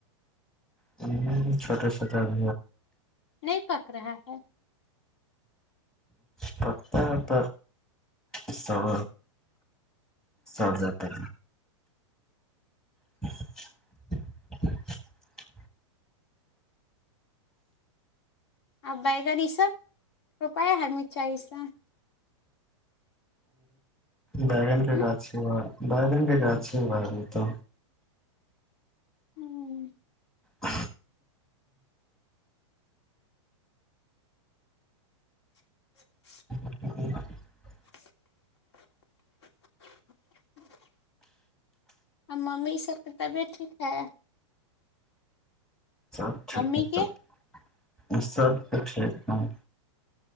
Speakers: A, in the centre; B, on the left.
A: ہ چھوٹ چھوٹا ب
B: نہیں پک رہا ہے
A: پتامت استڑ سٹ جات ہے <unintelligible>
B: اور بیگن یہ سب روپیہ ہمرمی چاہی سا
A: بیگن کے
B: ہ
A: گاھا بیگن کے گاچ ہی با وہ تو
B: ہوں
A: ہ
B: <inaudible>
A: ہ
B: ج ہ ممی اس سب کی طبیعت ٹھیک ہے
A: سب ٹھیک
B: امی
A: ہے
B: کے
A: سب سب کچھ ایک دم